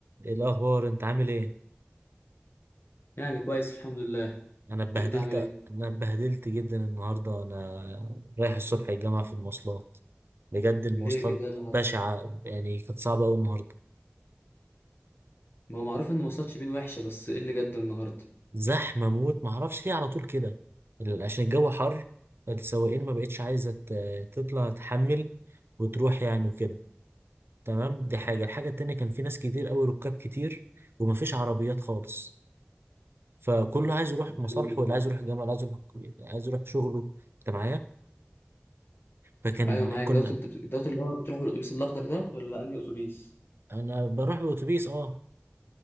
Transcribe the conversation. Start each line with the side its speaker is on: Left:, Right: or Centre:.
Right: ايه الاخبار انت عامل ايه
Left: يعني كويس الحمد لله
Right: انا اتبهدلت
Left: انت عامل ايه
Right: انا اتبهدلت جدا النهارده انا رايح الصبح الجامعه في المواصلات بجد المواصلات
Left: ليه كده ايه اللي حصل
Right: بشعه يعني كانت صعبه قوي النهارده
Left: ما هو معروف ان ماتشات شبين وحشه بس ايه اللي جد النهارده
Right: زحمه موت ما اعرفش ليه على طول كده ال- عشان الجو حر فالسواقين ما بقتش عايزه ت- تطلع تحمل وتروح يعني وكده تمام دي حاجه الحاجه التانية كان في ناس كتير قوي ركاب كتير ومفيش عربيات خالص فكله عايز يروح
Left: <laughs>
Right: مصالحه واللي عايز يروح الجامعه اللي عايز يروح اللي عايز يروح شغله انت معايا فكان
Left: ايوه معاك
Right: كنا
Left: دوت انت بت... دوت اللي هو بتروح بالاتوبيس الاخضر ده ولا انهي اتوبيس
Right: انا بروح باوتوبيس اه